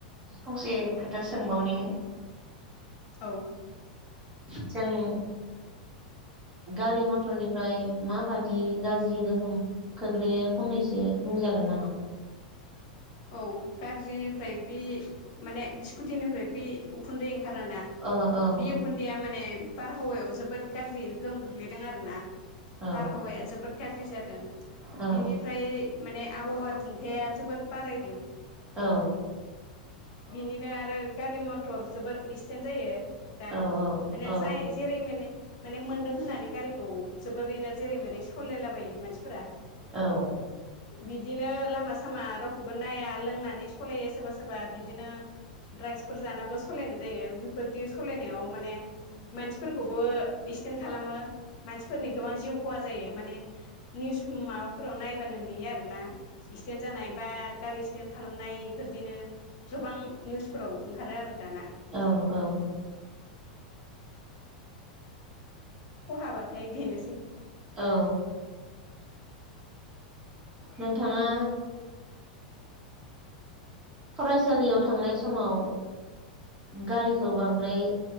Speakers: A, on the right; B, on the left.
A: फंसे खोथा सोंबावनि
B: औ।
A: जों गारि मथरनिफ्राय माबादि बिदि गाज्रि गोहोम खोख्लैयो फंनैसो बुंजागोन नामा।
B: औ <unintelligible> बि माने स्कुटिनिफ्राय बे उखुन्दै ओं ना
A: औ
B: बे
A: औ
B: उखुन्दैया माने बारहावायाव जोबोद गाज्रियैनो गोहोम खोख्लैदों आरो ना।
A: औ
B: बारहावाया जोबोद गाज्रि जादों
A: औ
B: बिनिफ्राय माने आबहावा दुंखाया जोबोद बारायदों
A: औ
B: बिनिनो आरो गारि मथर जोबोर इक्सिडेन्ट जायो दा
A: औ
B: माने
A: औ
B: जाय जेरै मोनो माने मोनदों होननानै गारिखौ जोबोरैनो जेरै मेरै साललायलाबायो मानसिफोरा
A: औ
B: बिदिनो लामा सामा रख नाया लोंनानै सालायो सोरबा सोरबा बिदिनो ड्राग्सफोर जानाबो सालायनाय जायो बेफोरदि सालायनायाव माने मानसिफोरखौबो एक्सिडेन्ट खालामो मानसिफोरनि गोबां जिउ खहा जायो माने निउस माबाफोराव नायबानो नुयो आरो। ना एक्सिदेन्ट जानाय बा गारि एक्सिडेन्ट खालामनाय बेफोरदिनो गोबां निउसफोराव ओंखारो आरो दाना।
A: औ औ
B: खहाबाथाय बेनोसै
A: औ नोंथाङा फरायसालियाव। थांनाय समाव। गारिखौ बांद्राय।